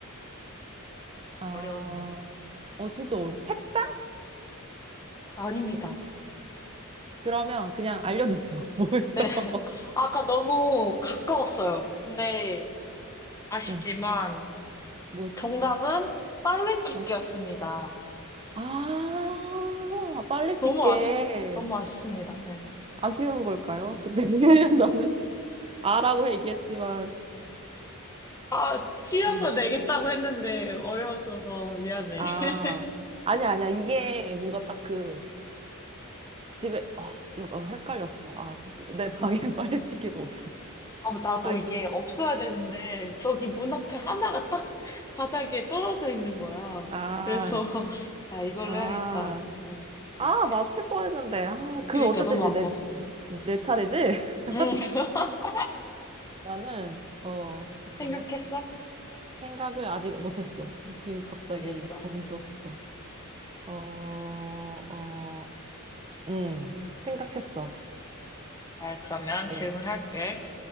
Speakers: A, on the right; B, on the left.
A: 아,
B: 어려웠네.
A: 어, 진짜 어려워. 책장?
B: 아닙니다.
A: 그러면 그냥 알려주세요. <laughs> 뭐예요?
B: 네.
A: <laughs>
B: <laughs> 아까 너무 가까웠어요. 근데 아쉽지만
A: 네, 뭐였지?
B: 정답은 빨래 찢기였습니다.
A: 장... 아, 빨리
B: 너무
A: 찍게.
B: 아쉽, 너무 아쉽습니다. 네.
A: 아쉬운 걸까요? 근데 <laughs> 나는 좀, 아라고 얘기했지만,
B: 아, 쉬운
A: 아,
B: 거 내겠다고 했는데 어려웠어서 미안해.
A: 아,
B: <laughs>
A: 아니야, 아니야. 이게 뭔가 딱 그, 집에 아, 좀 어, 헷갈렸어. 아, 내 방에 <laughs> 빨래치기가 없었어.
B: 아, 나도
A: 다 있었
B: 이게 없어야 되는데 저기 문 앞에 하나가 딱 바닥에 떨어져 있는 거야.
A: 어 아,
B: 그래서 <laughs> 아, 이걸로
A: 아,
B: 해야겠다. 그래서
A: 아,
B: 했지.
A: 맞출 뻔했는데. 아, 그
B: 그러니까
A: 어쨌든
B: 너무
A: 이제
B: 아까웠어.
A: 내, 내 차례지? <laughs>
B: 응 <laughs>
A: 나는 어, 잠깐만.
B: 생각했어?
A: 생각을 아직 못 했어. 지금 갑자기
B: 알겠어.
A: 멈췄어. 어, 어, 음. 생각했어.
B: 아, 그러면 질문할게.
A: 예.